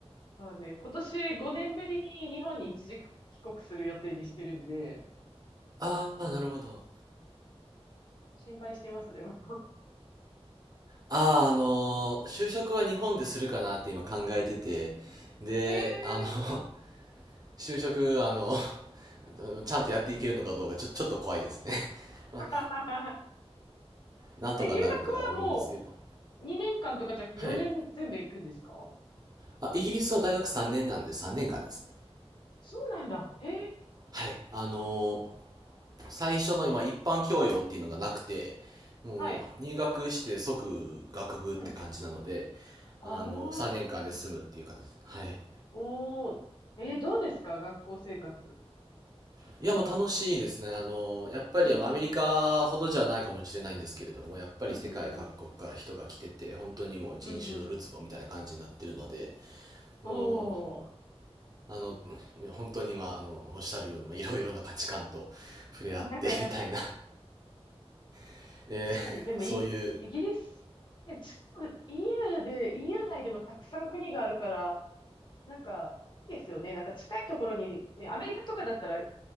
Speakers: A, on the left; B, on the right.
A: う。まあね、今年5年ぶりに日本に一時帰国する予定にしてるんで、
B: ああ、なるほど。
A: 心配してます、でも。
B: ああ、あのー、就職は日本でするかなって今考えてて。で、
A: え
B: あの、<laughs>
A: え
B: 就職、あの、<laughs> ちゃんとやっていけるのかどうかちょ、ちょっと怖いですね。<laughs> まあ
A: ー <laughs>
B: なんとかなるとは思うんですけれど。
A: え、留学はもう2年間とかじゃなくて4年全部行くんですか
B: はい。あ、イギリスは大学3年なんで3年間ですね。
A: そうなんだ。へえ。
B: はい。あのー最初の今一般教養っていうのがなくて、もう入学して即学部って感じなので、
A: はい。うん。あ
B: あのー、3年間で済むっていう感じです。
A: あ、そうなんだ。
B: はい。
A: おお。えー、どうですか学校生活。
B: いや、もう楽しいですね。あのーやっぱりアメリカほどじゃないかもしれないんですけれども、
A: へえ。うん
B: やっぱり世界各国から人が来てて、
A: うんうん。
B: 本当にもう人種のるつぼみたいな感じになってるので、
A: うんうん。
B: もう、
A: おお。<laughs> ま
B: あの、本当にまあ、あの、おっしゃるように、まあ、いろいろな価値観と触れ合ってみたいな、
A: あ、確
B: <laughs> えーそういう
A: かに。でもいい。イギリス。え、ち、EU で、EU 内でもたくさん国があるから、なんか、いいですよね。なんか近いところに、ね、アメリカとかだったら